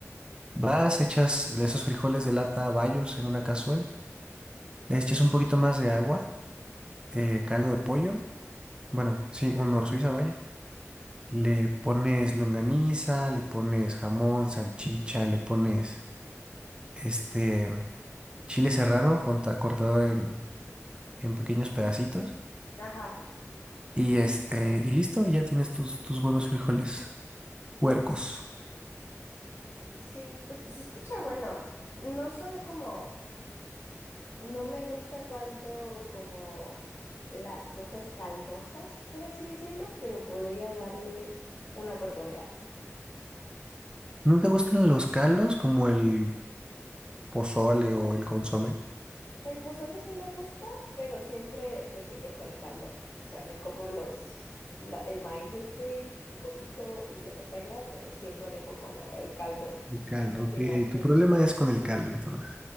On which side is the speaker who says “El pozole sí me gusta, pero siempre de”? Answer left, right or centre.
Left